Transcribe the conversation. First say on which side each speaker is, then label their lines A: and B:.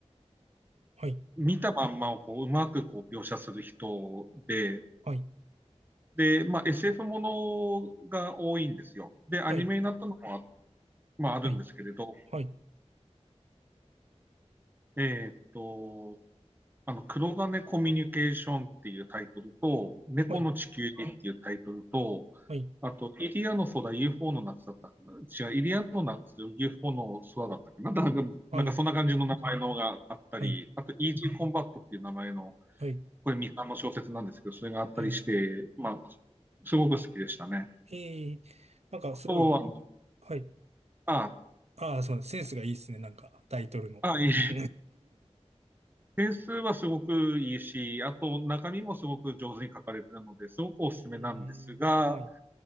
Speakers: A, on the right (about 65°); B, on the right (about 15°).
A: はい
B: う、見たまんまをこう、うまくこう描写する人で、
A: はい
B: で、まあ、SF ものが多いんですよ。で、アニメになったのもあ、
A: はい
B: まあ、あるんですけれど、
A: はいはい
B: えーっと、あの、黒金コミュニケーションっていうタイトルと、猫の地球儀っていうタイトルと、
A: はいはい
B: あと、イリアの空 UFO の夏だったかな違う、イリアの夏 UFO の空だったっけななんか、
A: はい
B: なんかそんな感じの名前のがあったり、
A: はい
B: あと、イージーコンバットっていう名前の、
A: はいはい
B: これ未完の小説なんですけど、それがあったりして、
A: はい
B: まあ、すごく好きでしたね。
A: ええなんかすごい、
B: あとは、
A: はい。
B: あ、
A: ああ、そうです、センスがいいですね、なんか、タイトルの。
B: あ、
A: <laughs>
B: いい。点数はすごくいいし、あと中身もすごく上手に書かれてるので、すごくおすすめなんですが、
A: ええはい、